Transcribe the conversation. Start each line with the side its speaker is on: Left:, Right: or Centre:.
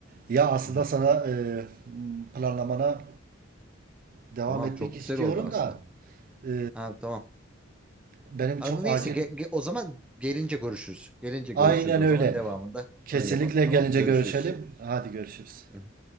Right: Ya aslında
Centre: Hı hı.
Right: sana e, planlamana devam
Centre: Tamam
Right: etmek
Centre: çok
Right: istiyorum
Centre: güzel oldu aslında.
Right: da e,
Centre: Ha, tamam.
Right: benim
Centre: Abi,
Right: çok
Centre: neyse
Right: acil
Centre: ge- ge- o zaman gelince görüşürüz. Gelince görüşürüz
Right: Aynen
Centre: o
Right: öyle.
Centre: zaman devamında
Right: Kesinlikle
Centre: öyle yapalım. Tamam
Right: gelince
Centre: mı? Görüşürüz.
Right: görüşelim. Hadi görüşürüz.
Centre: Hı hı.